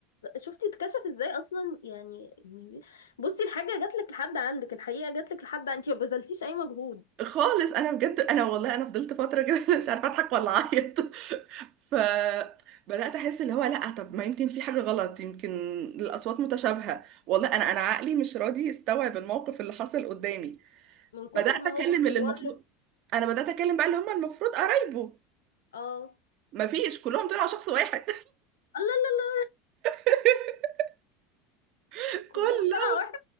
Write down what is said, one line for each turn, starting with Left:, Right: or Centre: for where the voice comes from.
Left: شفتي اتكشف ازاي اصلا يعني يعني بصي الحاجة جاتلك لحد عندك الحقيقة جاتلك لحد انتي ما بذلتيش اي مجهود
Right: خالص انا بجد انا والله انا فضلت فترة كده <laughs> مش عارفة اضحك ولا اعيط ف بدأت أحس اللي هو لأ طب ما يمكن في حاجة غلط يمكن الأصوات متشابهة والله أنا أنا عقلي مش راضي يستوعب الموقف اللي حصل قدامي
Left: من كتر
Right: بدات
Left: ما
Right: اكلم
Left: هو مصور
Right: اللي المفروض
Left: لك
Right: انا بدات اكلم بقى اللي هم المفروض قرايبه
Left: اه الله
Right: مفيش كلهم طلعوا شخص واحد
Left: الله
Right: <laughs> كلهم
Left: كلهم طلع واحد